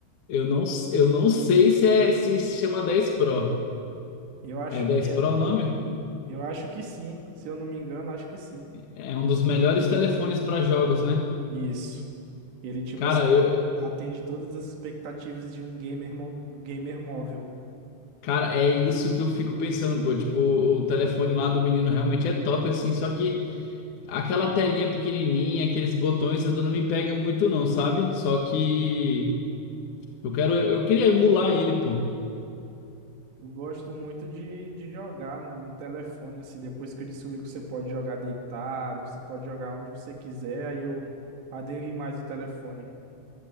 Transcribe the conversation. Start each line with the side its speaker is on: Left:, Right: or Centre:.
Left: Eu não, eu não sei se é se se chama 10 Pro.
Right: Eu acho
Left: É 10
Right: que
Left: Pro
Right: é.
Left: o nome?
Right: Eu acho que sim. Se eu não me engano, acho que sim.
Left: É um dos melhores telefones para jogos, né?
Right: Isso. Ele, tipo
Left: Cara,
Right: assim,
Left: eu,
Right: atende todas as expectativas de um gamer, mo- gamer móvel.
Left: cara, é isso que eu fico pensando, pô. Tipo, o telefone lá do menino realmente é top, assim. Só que aquela telinha pequenininha, aqueles botões ainda não me pega muito, não, sabe? Só que eu quero, eu queria emular ele, pô.
Right: Eu gosto muito de, de jogar, mano, no telefone, assim, depois que eu descobri que você pode jogar deitado, você pode jogar onde você quiser, aí eu aderi mais o telefone.